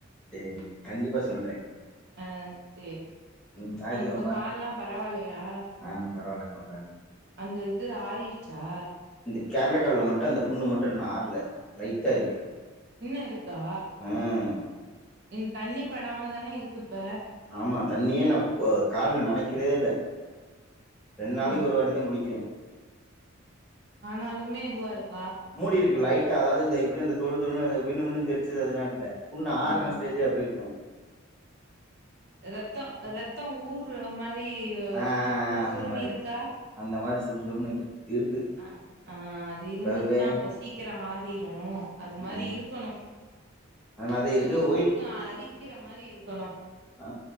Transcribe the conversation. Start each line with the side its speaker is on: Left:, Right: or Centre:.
Centre: சேரி கண்டிப்பா சொல்றே
Right: ஆ சேரி
Centre: ம் ஞாயித்துக்கெழம
Right: உனக்கு இப்ப கால்லா பரவாயில்லயா
Centre: ஆ பரவால்லக்கா ப
Right: அந்த இது ஆறிர்ச்சா
Centre: இந்த பெரண்ட கால்ல மட்டு அந்த புண்ணு மட்டு இன்னு ஆற்ல லைட்டா இருக்கு
Right: இன்னு இருக்கா
Centre: ம்
Right: இந் தண்ணி படாமதான இருக் இப்ப
Centre: ஆமா தண்ணியே நா இப்போ கால்ல நனைக்கிறதே இல்ல ரெண் நாளைக்கு
Right: ம்
Centre: ஒரு வாட்டிதா குளிக்கிறே
Right: ஆனாலுமே இதுவா இருக்
Centre: மூடிருக்கு லைட்டா அதாவ்து இந்த எப்டி அந்த தொழு தொழுன்னு அது விண்ணு விண்ணு தெரிச்சது அதுலா இல்ல புண்ணு ஆர்ண
Right: ஆ
Centre: ஸ்டேஜா எப்டி இருக்கு
Right: ரெத்தோ ரெத்தோ ஊர்ற மாரி
Centre: ஆ ஆ
Right: சுறுசுறுன்
Centre: ஆ அந்த மாரி.
Right: இருக்கா
Centre: அந்த மாரி சுறுசுறுன்னு இழுக் இருக்கு
Right: அ ஆ அது
Centre: இப்பவே
Right: இருந்துச்ன்னா அப்ப சீக்கிரோ ஆரிரு அது மாரி
Centre: ம்.
Right: இருக்கணு
Centre: அந்த மாரி தான்
Right: சுறுசுறுன்னு
Centre: இருக்கு. ஒயிட்
Right: அரிக்கிற மாரி இருக்கணு
Centre: ஆ